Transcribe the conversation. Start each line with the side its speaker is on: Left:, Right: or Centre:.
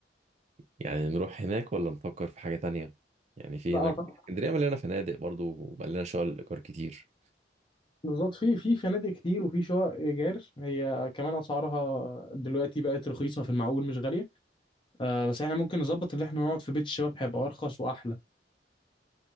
Right: يعني نروح هناك ولا نفكر في حاجة تانية يعني في
Left: لا
Right: هناك
Left: اعتقد
Right: اسكندرية مليانة فنادق برضو وبقى لنا شغل الإيجار كتير
Left: بالظبط في في فنادق كتير وفي شقق ايجار هي كمان اسعارها دلوقتي بقت رخيصه في المعقول مش غاليه آه بس احنا ممكن نظبط اللي احنا نقعد في بيت الشباب هيبقى ارخص واحلى